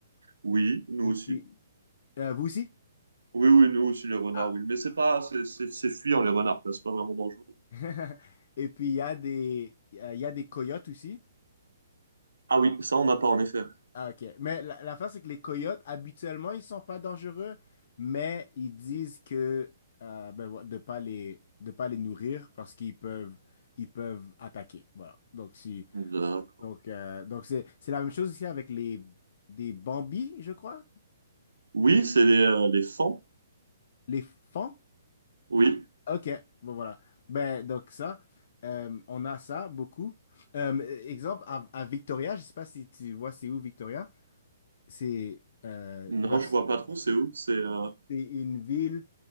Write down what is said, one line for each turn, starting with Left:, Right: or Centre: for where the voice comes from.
Right: Oui, nous
Left: Et
Right: aussi.
Left: puis, euh, vous aussi?
Right: Oui, oui, nous aussi, les renards,
Left: Ah.
Right: oui. Mais c'est pas, c'est c'est- c'est fuyant, les renards, quoi. c'est pas vraiment dangereux.
Left: <laughs> Et puis, il y a des, il y a il y a des coyotes aussi.
Right: Ah oui, ça, on n'a pas, en effet.
Left: Ah, OK. Mais la, la fin, c'est que les coyotes, habituellement, ils sont pas dangereux, mais ils disent que euh, ben, vo- de pas les, de pas les nourrir parce qu'ils peuvent, ils peuvent attaquer. Voilà. Donc, si,
Right: D'accord.
Left: donc, euh, donc c'est, c'est la même chose ici avec les, des bambis, je crois.
Right: Oui, c'est les, euh, les fans.
Left: Les fans.
Right: Oui.
Left: OK. Bon, voilà. Ben, donc ça, euh, on a ça beaucoup. Euh, exemple, à, à Victoria, je sais pas si tu vois c'est où Victoria. C'est euh,
Right: Non,
Left: bref,
Right: je vois pas trop, c'est où? C'est, euh,
Left: c'est une ville,